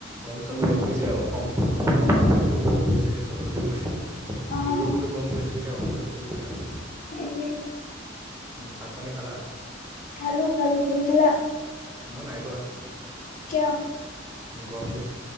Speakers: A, on the right; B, on the left.
A: গৰম চবতে
B: উম
A: পৰিছে আৰু। অসম অসমতো। গৰম পৰিছে চবতে পৰিছে, ইউৰোপতো
B: অ'
A: গৰম পৰিছে যেতিয়া, অসমতো পৰিবই আৰু।
B: সেইটোৱেই।
A: ভাত পানী খালা?
B: খালো খালো, তুমি খালা?
A: মই নাই খোৱা।
B: কিয়?
A: গৰম যে,